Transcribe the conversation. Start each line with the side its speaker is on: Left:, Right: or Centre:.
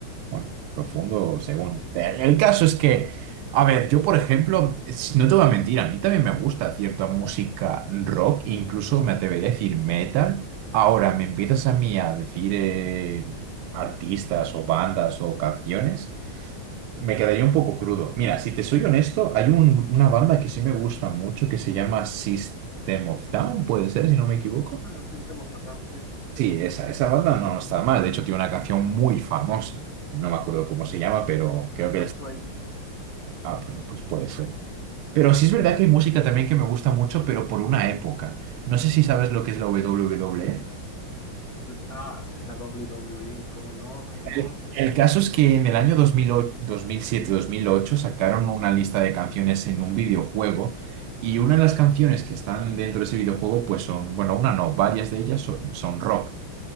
Right: Bueno, profundo según. El el caso es que, a ver, yo por ejemplo, es- no te voy a mentir, a mí también me gusta cierta música rock, incluso me atrevería a decir metal. Ahora, me empiezas a mí a decir eh, artistas o bandas o canciones, me quedaría un poco crudo. Mira, si te soy honesto, hay un- una banda que sí me gusta mucho que se llama System of Down, puede ser, si no me equivoco.
Left: Ah, sistema fatal, sí.
Right: Sí, esa, esa banda no está mal. De hecho, tiene una canción muy famosa. No me acuerdo cómo se llama, pero creo que
Left: Chop
Right: es...
Left: Suey.
Right: Ah, bueno, pues puede ser. Pero sí es verdad que hay música también que me gusta mucho, pero por una época. No sé si sabes lo que es la WWE.
Left: Ah, sí, la WWE, cómo no, cómo no.
Right: El, el caso es que en el año dos dos dos mil mil ocho siete dos mil ocho sacaron una lista de canciones en un videojuego y una de las canciones que están dentro de ese videojuego, pues son, bueno, una no, varias de ellas son son rock.